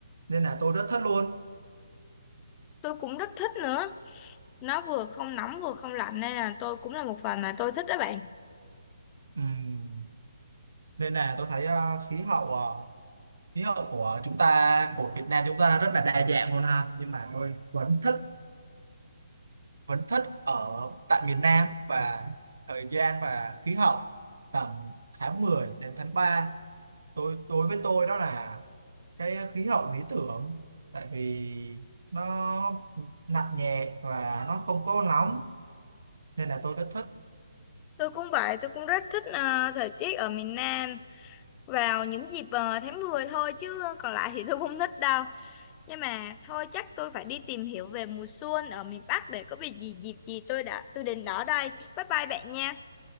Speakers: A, on the right; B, on the left.
A: nên là tôi rất thích luôn
B: tôi cũng rất thích nữa nó vừa không nóng vừa không lạnh nên là tôi cũng là một phần mà tôi thích đó bạn
A: Ừm, nên là tôi thấy à, khí hậu à, khí hậu của chúng ta của Việt Nam chúng ta rất là đa dạng luôn ha nhưng mà tôi vẫn thích vẫn thích ở tại miền Nam và thời gian và khí hậu tầm tháng 10 đến tháng 3 tôi tôi với tôi đó là cái khí hậu lý tưởng tại vì nó nặng nhẹ và nó không có nóng nên là tôi rất thích
B: tôi cũng vậy tôi cũng rất thích ờ, thời tiết ở miền Nam vào những dịp ờ, tháng 10 thôi chứ còn lại thì tôi không thích đâu. Nhưng mà thôi chắc tôi phải đi tìm hiểu về mùa xuân ở miền Bắc để có việc gì dịp gì tôi đã tôi đến đó đây. Bye bye bạn nha.